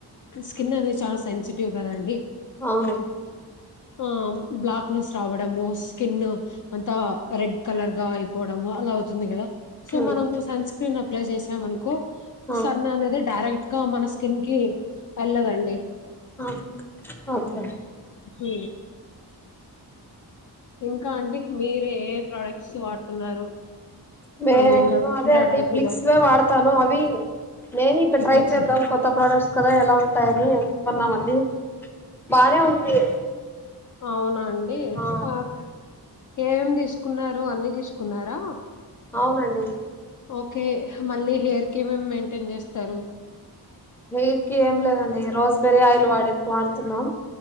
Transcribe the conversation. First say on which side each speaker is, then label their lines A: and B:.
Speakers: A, on the left; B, in the centre.
A: స్కిన్ అనేది చాలా సెన్సిటివ్ కదండీ
B: అవును
A: ఆ బ్లాక్ నెస్ రావడము స్కిన్ అంతా రెడ్ కలర్ గా అయిపోవడము అలా అవుతుంది కదా సో
B: ఉమ్,
A: మనము సన్ స్క్రీన్ అప్లై చేసామనుకో
B: ఆ
A: సన్ అనేది డైరెక్ట్ గా మన స్కిన్ కి పలులేదు అండి
B: ఆ ఓకే
A: హు ఇంకా అంటే మీరే ఏ ప్రొడక్ట్స్ వాడుతున్నారు
B: మే
A: ఐ మీన్
B: అదే
A: డాటన్
B: అండి ప్లిక్స్
A: కిలో
B: వే వాడతాను అవి నేను ఇక ట్రై
A: ఫ్లిక్స్
B: చేద్దాం కొత్త ప్రోడక్ట్స్ కదా ఎలా ఉంటాయని కొన్నమండి బానే ఉంది
A: అవునన్ డీర్స్
B: ఆ
A: అప్ ఏమేం తీసుకున్నారు అన్ని తీసుకున్నారా
B: అవునండి
A: ఓకే హ మళ్ళీ హెయిర్ కి ఏమ్ మెయింటైన్ చేస్తారు
B: వీర్కి ఏం లేదండి రోస్మేరీ ఆయిల్ వాడే వాడుతున్నాం.